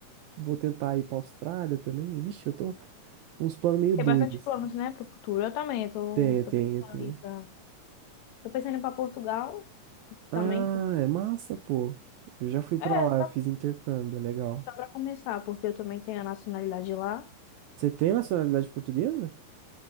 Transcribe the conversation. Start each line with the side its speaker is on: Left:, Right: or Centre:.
Right: vou tentar ir pra Austrália também. Vixe, eu tô com uns planos meio
Left: Tem
Right: doidos.
Left: bastante planos,
Right: assim.
Left: né, pro futuro. Eu também, eu tô,
Right: Tem,
Left: tô
Right: tem,
Left: pensando
Right: tem.
Left: em ir pra... Tô pensando em ir pra Portugal
Right: Ah,
Left: também.
Right: é massa, pô. Eu já fui pra
Left: É,
Right: lá,
Left: só,
Right: eu fiz intercâmbio, é legal.
Left: só pra começar, porque eu também tenho a nacionalidade lá.
Right: Você tem nacionalidade portuguesa?